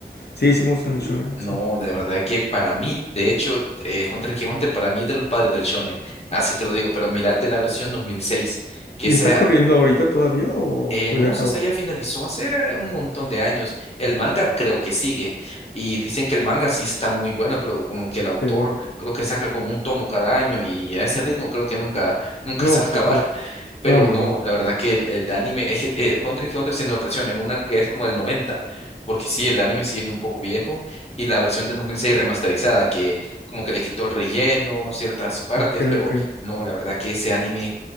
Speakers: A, on the left; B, on the left.
A: Sí, sí me gustan el shonen,
B: No,
A: sí.
B: de verdad que para mí, de hecho, eh, Hunter x Hunter para mí es de los padres del shonen, así te lo digo, pero mírate la versión 2006, que
A: ¿Y
B: esa
A: está corriendo ahorita todavía o,
B: Eh,
A: o
B: no,
A: ya acabó?
B: si esa ya finalizó hace un montón de años. El manga creo que sigue. Y dicen que el manga sí está muy bueno, pero como que el autor
A: Ok.
B: creo que saca como un tomo cada año y a ese ritmo creo que nunca, <laughs> nunca
A: No,
B: se va a
A: pues
B: acabar.
A: no.
B: Pero
A: No, no,
B: no,
A: no.
B: la verdad que el, el anime, es que eh, Hunter x Hunter tiene dos versiones, una que es como del 90, porque sí, el anime sí es un poco viejo, y la versión de 2006 remasterizada, que como que le quitó el relleno, ciertas partes,
A: Ok,
B: pero
A: ok.
B: no, la verdad que ese anime